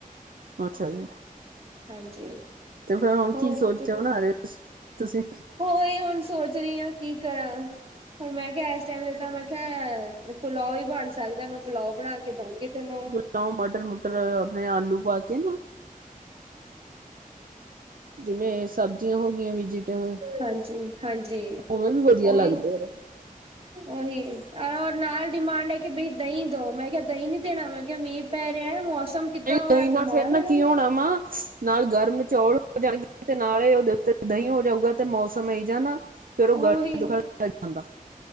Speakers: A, on the right; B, on the right.
A: ਅੱਛਾ ਜੀ
B: ਹਾਂਜੀ
A: ਤੇ ਫੇਿਰ ਹੁਣ
B: ਹੋਰ
A: ਕੀ ਸੋਚਿਆ ਕਿ ਬਣਾ ਰਹੇ ਤੁਸੀਂ
B: ਉਹੀ ਹੁਣ ਸੋਚ ਰਹੀ ਹਾਂ, ਕੀ ਕਰਾਂ ਹੁਣ ਮੈਂ ਕਿਹਾ ਇਸ ਟਾਈਮ ਜਦੋਂ ਮੈਂ ਕਿਹਾ, ਪੁਲਾਓ ਈ ਬਣ ਸਕਦਾ ਮੈਂ ਪਲਾਓ ਬਣਾ ਕੇ ਦਊਂਗੀ ਤੈਨੂੰ
A: ਲਓ ਮਟਰ ਮੁਟਰ ਆਪਣੇ ਆਲੂ ਪਾ ਕੇ ਨਾ ਜਿਵੇਂ ਸਬਜ਼ੀਆਂ ਹੋ ਗਈਆਂ ਵੈਜੀਟੇਬਲ
B: ਹਾਂਜੀ ਹਾਂਜੀ
A: ਉਵੇਂ ਵੀ ਵਧੀਆ
B: ਉਹ
A: ਲੱਗਦੇ
B: ਇਨ
A: ਨੇ
B: ਉਹੀ ਨਾਲ ਡਿਮਾਂਡ ਹੈ ਕਿ ਬਾਈ ਦਹੀਂ ਦੋ ਮੈਂ ਕਿਹਾ ਦਹੀਂ ਤੇ ਮੀਂਹ ਪੈ ਰਿਹਾ ਮੌਸਮ ਕਿੱਦਾਂ
A: ਨਹੀਂ
B: ਹੋਇਆ
A: ਦਹੀਂ ਨਾਲ
B: ਬਿਮਾਰ
A: ਫੇਰ ਨਾ
B: ਹੋਣਾ।
A: ਕੀ ਹੋਣਾ ਮਾਂ ਨਾਲ ਗਰਮ ਚੌਲ ਹੋ ਜਾਣਗੇ ਤੇ ਨਾਲੇ ਉਹਦੇ ਉੱਤੇ ਦਹੀਂ ਹੋ ਜਾਊਗਾ ਤੇ ਮੌਸਮ ਇਹ ਜਾ ਨਾ ਫਿਰ ਉਹ
B: ਉਹੀ
A: <unintelligible>